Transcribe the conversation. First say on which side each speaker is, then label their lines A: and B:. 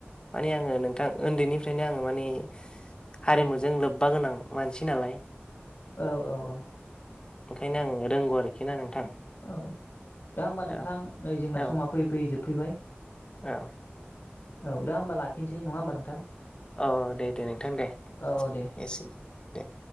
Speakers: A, on the left; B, on the left.
A: माने आङो नोंथां उन्दैनिफ्रायनो आङो माने हारिमुजों लोब्बा गोनां मानसि नालाय
B: औ औ औ
A: ओंखायनो आं रोंगौ आरोखि ना नोंथां
B: औ दा होमबा
A: औ
B: नोंथां नै जोंना
A: औ
B: समा फैयै फैयै जोबफैबाय फैबाय
A: औ
B: औ दा होमबा लाखिनोसै नङा होमबा नोंथां
A: औ दे दे नोंथां दे
B: औ औ दे
A: एसेनो दे